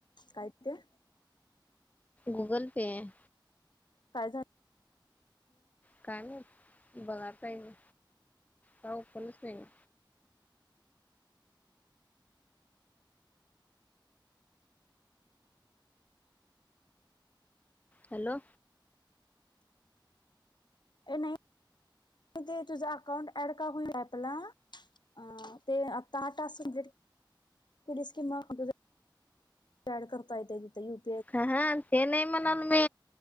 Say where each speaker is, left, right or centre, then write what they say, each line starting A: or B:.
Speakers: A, on the left; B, on the left.
A: काय ते.
B: गुगल पे हाय.
A: काय झाल.
B: काय नाही बघ बागात आहे मी काय ओपणच होईना. हॅलो.
A: ऐ नाही ते तुझा अकाउंट ऍड का होई अँप ला. अ ते आता हा टास्क कंप्लीट केलीस की मग <inaudible> तयार करता येते तिथ.
B: ह हा ते नाही म्हणाल मी